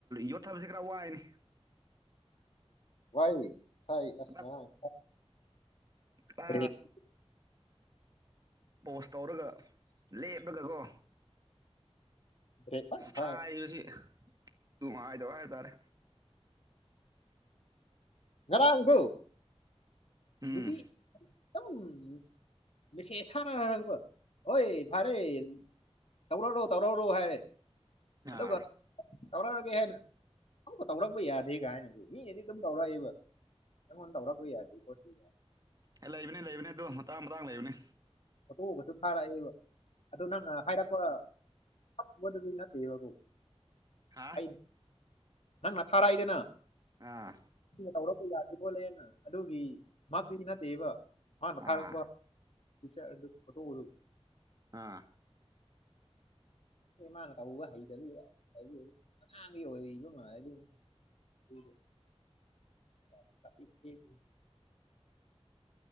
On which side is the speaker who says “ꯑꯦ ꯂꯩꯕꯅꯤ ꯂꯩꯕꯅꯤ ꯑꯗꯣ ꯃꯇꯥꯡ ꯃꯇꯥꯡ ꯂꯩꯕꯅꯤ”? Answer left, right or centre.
Right